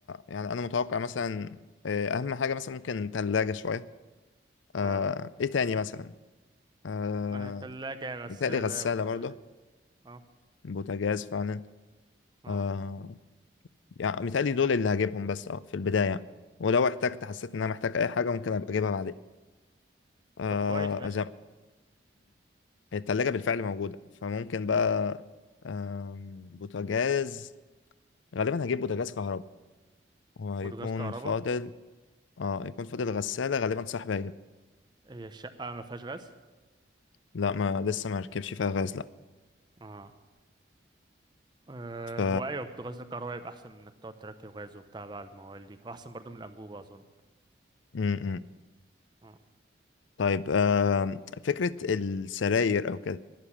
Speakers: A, on the left; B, on the right.
A: يعني انا متوقع مثلا آه، اهم حاجه مثلا ممكن ثلاجه شويه آه،
B: اه
A: ايه تاني مثلا آه،
B: آه، تلاجة غسالة
A: متهيألي غساله
B: بوتاجاز
A: برضه
B: اه
A: بوتاجاز فعلا
B: اه
A: آه، يعني متهيألي دول اللي هجيبهم بس اه في البدايه يعني. ولو احتجت حسيت
B: آه.
A: ان انا محتاج اي حاجه ممكن ابقى اجيبها بعدين آه،
B: طب كويس ماشي
A: زي التلاجة بالفعل موجودة فممكن بقى آم، بوتاجاز غالبا هجيب بوتاجاز كهرباء وهيكون
B: بوتاجاز كهرباء
A: فاضل اه يكون فاضل غسالة غالبا صاحبي هيجيب
B: هي الشقة ما فيهاش غاز
A: لا ما لسه ما ركبش فيها غاز لا
B: اه أه
A: ف
B: هو أيوة بوتاجاز الكهرباء يبقى أحسن من إنك تقعد تركب غاز وبتاع بقى الموال دي وأحسن برضو من الأنبوبة أظن
A: م -م.
B: أه
A: طيب آم، فكرة السراير او كده